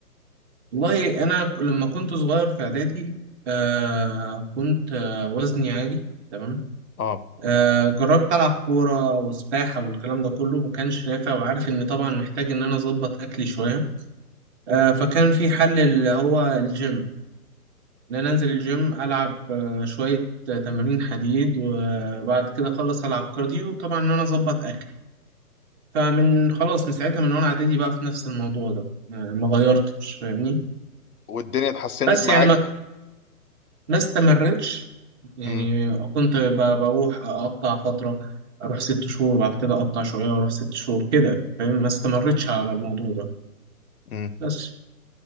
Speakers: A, on the right; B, on the left.
A: والله أنا ك- لما كنت صغير في إعدادي آه كنت آه وزني عالي تمام
B: اه
A: آه، جربت ألعب كورة وسباحة والكلام ده كله ما كانش نافع وعارف إن طبعا محتاج إن أنا أظبط أكلي شوية آه، فكان في حل اللي هو الجيم إن أنا أنزل الجيم ألعب آه، شوية تمارين حديد وبعد كده أخلص ألعب كارديو وطبعا إن أنا أظبط أكلي فمن خلاص من ساعتها من وأنا إعدادي بقى في نفس الموضوع ده آه، ما غيرتش فاهمني
B: والدنيا اتحسنت
A: بس
B: معاك
A: يعني ما ما استمرتش يعني
B: امم
A: كنت ب- بروح اقطع فتره اروح ست شهور بعد كده اقطع شويه واروح ست شهور كده فاهم ما استمرتش على الموضوع ده
B: اه
A: بس